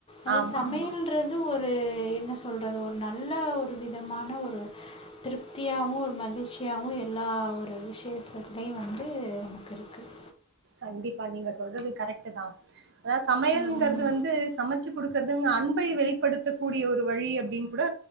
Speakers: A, on the left (about 25°); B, on the right (about 50°).
A: அது
B: ஆமா
A: சமையலன்றது
B: ஆமா
A: ஒரு ஒரு என்ன சொல்றது ஒரு நல்ல ஒரு விதமான ஒரு திருப்தியாவும் ஒரு மகிழ்ச்சியாவும் எல்லா ஒரு விஷேயத்துலயும் வந்து நமக்கு இருக்குது
B: கண்டிப்பா நீங்க சொல்றது கரெக்ட் தான் அதாவ சமையல்கிறது
A: ம்
B: வந்து சமைச்சு குடுக்குறதுங்க அன்பை வெளிப்படுத்த கூடிய ஒரு வழி அப்டின்னு கூட